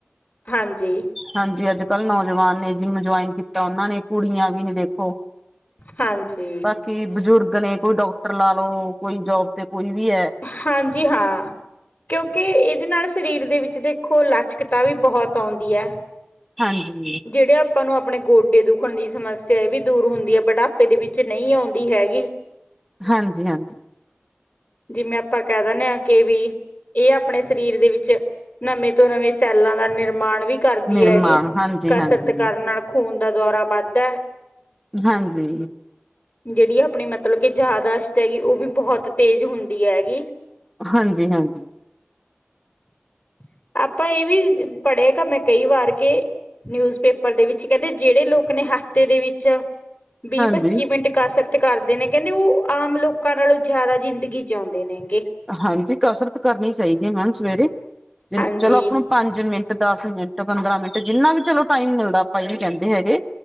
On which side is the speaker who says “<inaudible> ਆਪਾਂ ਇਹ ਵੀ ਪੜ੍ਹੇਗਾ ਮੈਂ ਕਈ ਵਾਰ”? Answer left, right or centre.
Left